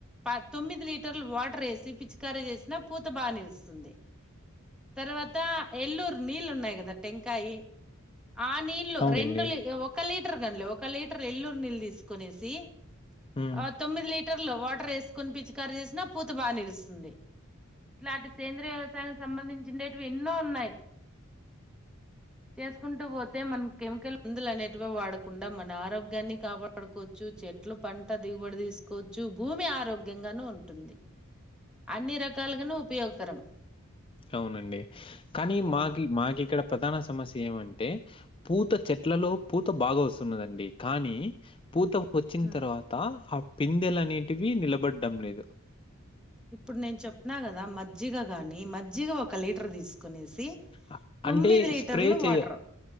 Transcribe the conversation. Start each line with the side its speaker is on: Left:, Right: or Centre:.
Centre: ప తొమ్మిది లి లీటర్ల వాటర్ వేసి పిచ్చికారి చేేసినా పూత బాగా నిలుస్తుంది తర్వాత ఎల్లూరు నీళ్ళు ఉన్నాయి కదా టెంకాయి ఆ నీళ్లు
Left: అవునండి.
Centre: రెండులీ ఒక లీ ఒక లీటర్ కన్లే ఒక లీటర్ ఎల్లురు నీళ్ళు తీసుకునేసి
Left: హ్మ్.
Centre: ఆ తొమ్మిదిలీట్ లీటర్లో వాటర్ వేసుకని పిచ్చికా కారి చేసినా పూత బాగా నిలుస్తుంది. ఇట్లాంటి సేంద్రయ వ్యవసాయానికి సంబంధించిండేట్వి ఎన్నో ఉన్నాయి. చేసుకుంటూ పోతే మనం కెమికల్ మందులు అనేటివి వాడకుండా మన ఆరోగ్యాన్ని కాపాడుకోవచ్చు. చెట్లు పంట దిగుబడి తీసుకోవచ్చు భూమి ఆరోగ్యంగాను ఉంటుంది. అన్ని రకాలుగానూ ఉపయోగకరం.
Left: అవునండి కానీ
Centre: ఆ
Left: మాకి మాకి ఇక్కడ ప్రధాన సమస్య ఏమంటే పూత చెట్లలో పూత బాగా వస్తున్నదండి కానీ పూత వచ్చిన
Centre: ఉమ్.
Left: తర్వాత ఆ పి పిందెలు అనేటివి నిలబడ్డం లేదు.
Centre: ఇప్పుడు నేను చెప్పిన కదా మజ్జిగ గాని మజ్జిగ ఒక లీటర్ తీసుకు కొనేసి
Left: అ
Centre: తొమ్మిది
Left: అంటే
Centre: లీటర్లు
Left: స్ప్రే చేయ
Centre: వాటర్